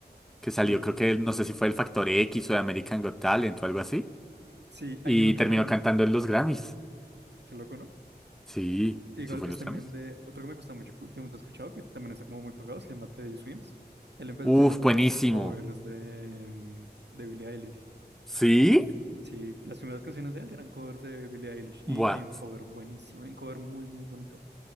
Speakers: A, in the centre; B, on the right.
A: que salió,
B: sí,
A: creo que no sé si fue el Factor X o de American Got Talent o algo así.
B: sí, hay
A: Y
B: uno que
A: terminó
B: a mí,
A: cantando en los Grammys.
B: qué loco, ¿no?
A: Sí,
B: Igual
A: sí fue
B: es
A: en los
B: también
A: Grammys.
B: de otro que me gusta mucho que últimamente he escuchado, que también está como muy pegado, se llama Teddy Swims. Él empezó
A: Uf,
B: haciendo como
A: buenísimo.
B: covers de, mm, de Billie Eilish.
A: ¿Sí?
B: Sí, las primeras canciones de él eran covers de Billie Eilish y
A: Buah.
B: hay un cover buenísimo, hay un cover muy, muy bonito.